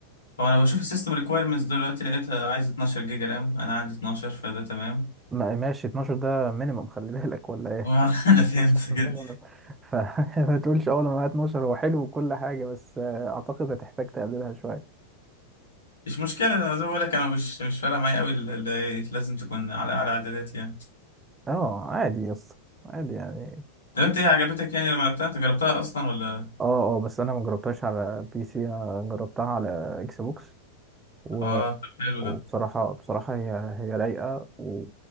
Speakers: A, on the left; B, on the right.
A: هو انا بشوف السيستم ريكويرمنتس دلوقتي لقيتها عايز 12 جيجا رام انا عندي 12 فده تمام
B: ما- ماشي 12 ده مينيمم خلي بالك ولا ايه
A: ما <laughs> انا
B: 12
A: فهمت
B: minimum.
A: كده
B: فما <laughs> تقولش اول ما معايا 12 هو حلو وكل حاجه بس آه، اعتقد هتحتاج تقللها شويه
A: مش مشكله انا زي ما بقول لك انا مش مش فارقه معايا قوي ال- ال- لازم تكون على على اعدادات يعني
B: اه عادي يا اسطى عادي يعني
A: طب انت ايه عجبتك يعني لما لعبتها انت جربتها اصلا ولا
B: اه اه بس انا ما جربتهاش على بي سي انا جربتها على اكس بوكس و-
A: اه طب حلو
B: وبصراحه
A: ده
B: بصراحه هي هي رايقه و...